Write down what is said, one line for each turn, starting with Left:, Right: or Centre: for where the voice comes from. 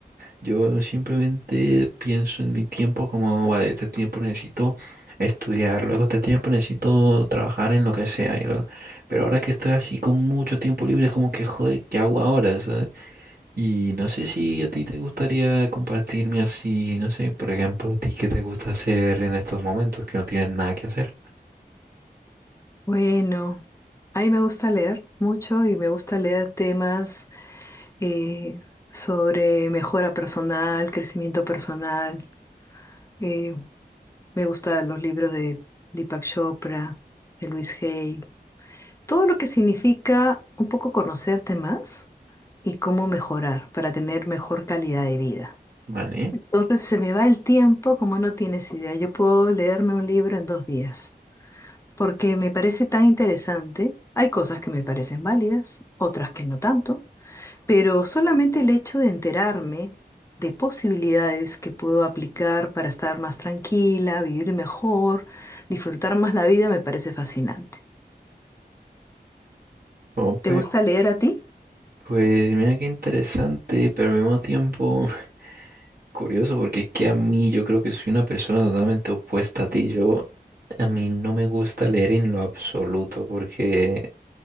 Right: Yo simplemente pienso en mi tiempo como, vale, este tiempo necesito estudiar, luego este tiempo necesito trabajar en lo que sea. y luego- Pero ahora que estoy así con mucho tiempo libre, es como que, joder, ¿qué hago ahora? ¿sabes? Y no sé si a ti te gustaría compartirme así, no sé, por ejemplo, a ti qué te gusta hacer en estos momentos que no tienes nada que hacer.
Left: Bueno, a mí me gusta leer mucho y me gusta leer temas eh, sobre mejora personal, crecimiento personal. Eh, me gustan los libros de Deepak Chopra, de Luis Hay, todo lo que significa un poco conocerte más y cómo mejorar para tener mejor calidad de vida.
Right: Vale,
Left: Entonces se me va el tiempo como no tienes idea. Yo puedo leerme un libro en dos días. porque me parece tan interesante. Hay cosas que me parecen válidas, otras que no tanto, pero solamente el hecho de enterarme de posibilidades que puedo aplicar para estar más tranquila, vivir mejor, disfrutar más la vida, me parece fascinante.
Right: Ope,
Left: ¿Te gusta leer a ti?
Right: pues mira qué interesante, pero al mismo tiempo... Curioso, porque es que a mí yo creo que soy una persona totalmente opuesta a ti. Yo, a mí no me gusta leer en lo absoluto, porque